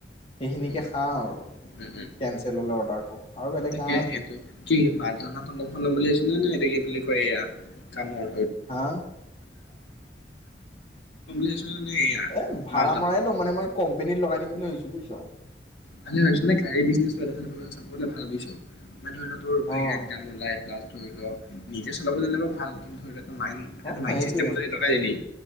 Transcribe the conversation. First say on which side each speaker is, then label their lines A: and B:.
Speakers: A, on the left; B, on the left.
A: সেইখিনিকে
B: উম
A: খাওঁ আৰু
B: উম হুম
A: কেনঞ্চেল হলে অৰ্ডাৰটো আৰু বেলেগ
B: তাকে
A: নাই
B: সেইটো কি মালনা তল বুলি কি বুলি কয় এয়া কামৰ
A: হা
B: <unintelligible> <unintelligible> এয়া
A: এ ভাড়া
B: মালটনা
A: মৰাই লওঁ মানে মই কম্পেনিত লগাই দিম বুলি ভাবিছো বুজিছ।
B: ভালে ভাবিছ মানে গাড়ী বীজনেছ চাব গলে ভাল বুজিছ। মনে ধৰিল তোৰ বাহিৰা
A: অ
B: নিদাম ওলাই প্লাজ। ধৰি লওক নিজে চলাব জন ভাল কিন্তু ধৰি লও, লাইন এটা
A: অ সেইটোৱে
B: লাইন চিষ্টম ম লগাই দিলি।